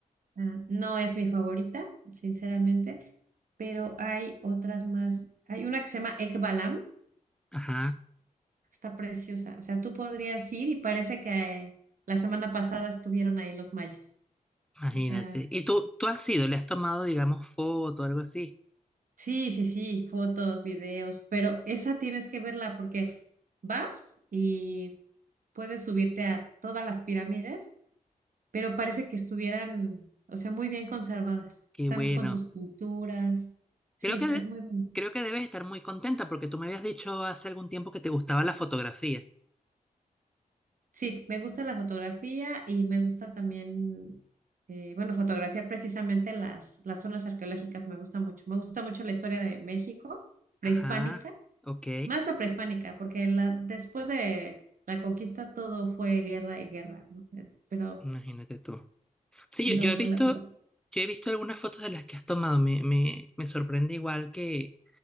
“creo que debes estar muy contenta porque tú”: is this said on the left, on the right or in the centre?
Centre